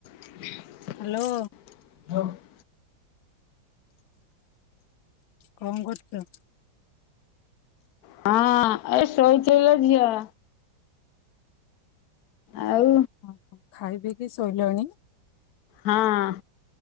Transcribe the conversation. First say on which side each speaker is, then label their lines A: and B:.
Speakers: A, on the left (about 60°); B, on the left (about 80°).
A: <inaudible>
B: ହାଲୋ।
A: <unintelligible>
B: କଣ କରୁଚ?
A: ହଁ, ଏ ଶୋଇଚିଲୋ ଝିଅ। ଆଉ।
B: ଓହୋ ଖାଇ ପିଇକିି ଶୋଇଲଣି।
A: ହଁ,